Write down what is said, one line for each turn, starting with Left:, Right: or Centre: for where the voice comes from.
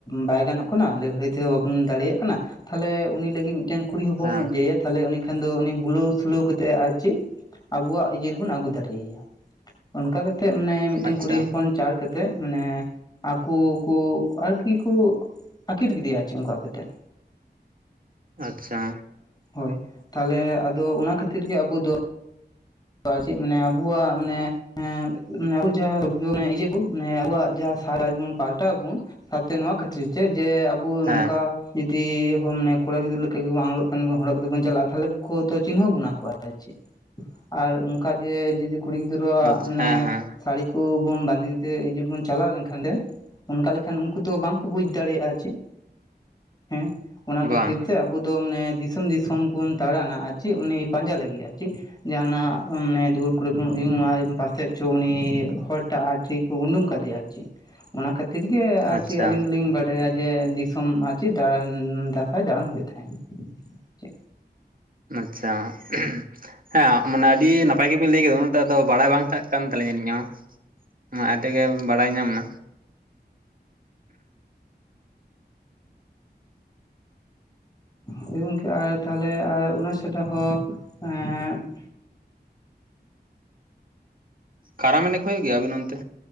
Left: ᱵᱟᱭ ᱜᱟᱱᱚᱜ ᱠᱟᱱᱟ ᱞᱟᱹᱲᱦᱟᱹᱭ ᱛᱮᱦᱚᱸ ᱵᱟᱵᱚᱱ ᱫᱟᱲᱮᱭᱟᱜ ᱠᱟᱱᱟ ᱛᱟᱦᱚᱞᱮ ᱩᱱᱤ ᱞᱟᱹᱜᱤᱫ ᱢᱤᱫᱴᱮᱱ ᱠᱩᱲᱤ ᱦᱚᱯᱚᱱ
Right: ᱦᱮᱸ
Left: ᱵᱮᱡᱟᱣᱟ ᱛᱟᱦᱚᱞᱮ ᱩᱱᱤ ᱠᱷᱟᱱ ᱫᱚ ᱩᱱᱤ ᱵᱩᱞᱟᱹᱣ ᱥᱩᱞᱟᱹᱣ ᱠᱟᱛᱮᱫ ᱟᱡ ᱪᱮᱫ ᱟᱵᱚᱣᱟᱜ ᱤᱭᱟᱹ ᱨᱮᱵᱩᱱ ᱟᱹᱜᱩ ᱫᱟᱲᱮᱭᱟᱭᱟ, ᱚᱱᱠᱟ ᱠᱟᱛᱮᱫ ᱢᱟᱱᱮ ᱢᱤᱫᱴᱮᱱ
Right: ᱟᱪᱪᱷᱟ
Left: ᱠᱩᱲᱤ ᱦᱚᱯᱚᱱ ᱪᱟᱲ ᱠᱟᱛᱮᱫ ᱢᱟᱱᱮ ᱟᱠᱚ ᱠᱚ ᱟᱨᱠᱤ ᱠᱚ ᱟᱹᱠᱤᱨ ᱠᱮᱫᱮᱭᱟ ᱪᱮᱫ ᱚᱱᱠᱟ ᱠᱟᱛᱮᱫ᱾
Right: ᱟᱪᱪᱷᱟ᱾
Left: ᱦᱳᱭ ᱛᱟᱦᱚᱞᱮ ᱟᱫᱚ ᱚᱱᱟ ᱠᱷᱟᱹᱛᱤᱨ ᱜᱮ ᱟᱵᱚ ᱫᱚ ᱟ ᱪᱮᱫ ᱢᱟᱱᱮ ᱟᱵᱚᱣᱟᱜ ᱢᱟᱱᱮ ᱮᱸ ᱟᱵᱩ ᱡᱟᱦᱟᱸ ᱤᱭᱟᱹ ᱠᱚ ᱢᱟᱱᱮ ᱟᱵᱚᱣᱟᱜ ᱡᱟᱦᱟᱸ ᱥᱟᱨᱟ ᱡᱤᱵᱚᱱ ᱯᱟᱞᱴᱟᱣ ᱟᱵᱚᱱ ᱥᱟᱶᱛᱮ ᱱᱚᱣᱟ ᱠᱷᱟᱹᱛᱤᱨ ᱛᱮ ᱡᱮ ᱟᱵ ᱟᱵᱚ
Right: ᱦᱮᱸ
Left: ᱱᱚᱝᱠᱟ ᱡᱩᱫᱤ ᱢᱟᱱᱮ ᱦᱚᱲ ᱠᱚᱲᱟ ᱜᱤᱫᱽᱨᱟᱹ ᱞᱮᱠᱟ ᱜᱮᱵᱚ ᱟᱸᱜᱨᱚᱜ ᱢᱟᱱᱮ ᱵᱚ ᱦᱚᱲᱚᱜ ᱠᱟᱛᱮ ᱵᱚᱱ ᱪᱟᱞᱟᱜᱼᱟ ᱛᱟᱦᱚᱞᱮ ᱠᱚ ᱛᱚ ᱪᱤᱱᱦᱟᱹᱣ ᱵᱚᱱᱟ ᱠᱚᱣᱟ ᱟᱨ ᱪᱮᱫ᱾ ᱟᱨ ᱚᱱᱠᱟ ᱡᱮ ᱡᱩᱫᱤ ᱠᱩᱲᱤ ᱜᱤᱫᱽᱨᱟᱹᱣᱟᱜ
Right: ᱟᱪᱪᱷᱟ
Left: ᱢᱟᱱᱮ
Right: ᱦᱮᱸ ᱦᱮᱸ
Left: ᱥᱟᱹᱲᱤ ᱠᱚᱵᱩᱱ ᱵᱟᱸᱫᱮ ᱠᱟᱛᱮᱫ ᱤᱭᱟᱹ ᱵᱚᱱ ᱪᱟᱞᱟᱣ ᱞᱮᱱᱠᱷᱟᱱ ᱫᱮ ᱚᱱᱠᱟ ᱞᱮᱠᱷᱟᱱ ᱩᱱᱠᱩ ᱫᱚ ᱵᱟᱝᱠᱚ ᱵᱩᱡ ᱫᱟᱲᱮᱭᱟᱜᱼᱟ ᱪᱮᱫ? ᱦᱮᱸ᱾ ᱚᱱᱟ ᱠᱷᱟᱹᱛᱤᱨ
Right: ᱵᱟᱝ
Left: ᱛᱮ ᱟᱵᱚ ᱫᱚ ᱢᱟᱱᱮ ᱫᱤᱥᱚᱢ ᱫᱤᱥᱚᱢ ᱵᱩᱱ ᱫᱟᱲᱟᱱᱟ ᱟᱨ ᱪᱮᱫ ᱩᱱᱤ ᱯᱟᱸᱡᱟ ᱞᱟᱹᱜᱤᱫ ᱟᱨ ᱪᱮᱫ᱾ ᱡᱟᱦᱟᱱᱟᱜ ᱢᱟᱱᱮ ᱫᱩᱭᱟᱹᱨ ᱠᱚᱨᱮ ᱵᱚᱱ ᱩᱭᱩᱢᱟ ᱯᱟᱥᱮᱡ ᱪᱚ ᱩᱱᱤ ᱦᱚᱲᱴᱟᱜ ᱟᱨ ᱴᱷᱤᱠ ᱩᱸᱰᱩᱝ ᱠᱟᱫᱮᱭᱟ ᱟᱨ ᱪᱮᱫ᱾ ᱚᱱᱟ ᱠᱷᱟᱹᱛᱤᱨ ᱜᱮ ᱟᱨ
Right: ᱟᱪᱪᱷᱟ
Left: ᱪᱮᱫ ᱟᱹᱞᱤᱧ ᱫᱚᱞᱤᱧ ᱵᱟᱲ ᱰᱟᱭᱟ ᱡᱮ ᱫᱤᱥᱚᱢ ᱟᱨ ᱪᱮᱫ ᱫᱟᱬᱟᱸᱱ ᱫᱟᱸᱥᱟᱭ ᱫᱟᱬᱟᱱ ᱦᱩᱭᱩᱜ ᱛᱟᱦᱮᱸᱫ᱾ ᱪᱮᱫ
Right: ᱟᱪᱪᱷᱟ ᱩᱦᱩᱸ᱾ ᱦᱮᱸ ᱢᱟᱱᱮ ᱟᱹᱰᱤ ᱱᱟᱯᱟᱭ ᱜᱮᱵᱤᱱ ᱞᱟᱹᱭ ᱠᱮᱫᱟ ᱩᱱᱟᱹᱜᱴᱟ ᱫᱚ ᱵᱟᱲᱟᱭ ᱵᱟᱝ ᱛᱟᱦᱮᱸᱜ ᱠᱟᱱ ᱛᱟᱹᱞᱤᱧᱟ ᱟᱹᱞᱤᱧᱟᱜ ᱦᱚᱸ᱾ ᱢᱟᱜ-ᱟ ᱴᱮ ᱜᱮ ᱵᱟᱲᱟᱭ ᱧᱟᱢᱱᱟ᱾
Left: ᱦᱳᱭ ᱜᱚᱝᱠᱮ ᱟᱨ ᱛᱟᱦᱚᱞᱮ ᱟᱨ ᱚᱱᱟ ᱪᱷᱟᱰᱟ ᱦᱚ ᱮᱸᱫ
Right: ᱠᱟᱨᱟᱢ ᱮᱱᱮᱡ ᱠᱚ ᱦᱩᱭᱩᱜ ᱜᱮ ᱟᱵᱤᱱ ᱚᱱᱛᱮ?